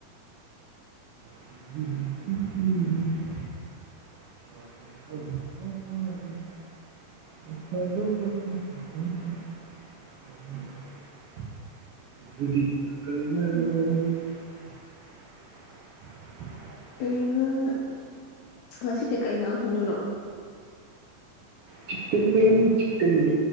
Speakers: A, on the right; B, on the left.
A: <unintelligible> <inaudible>
B: ꯀꯩꯅꯣ ꯅꯪꯅ ꯉꯁꯤꯗꯤ ꯀꯩ ꯌꯦꯟꯖꯥꯡ ꯊꯣꯡꯗꯣꯏꯅꯣ
A: ꯆꯤꯀꯟꯅꯦ ꯆꯤꯀꯟꯅꯦ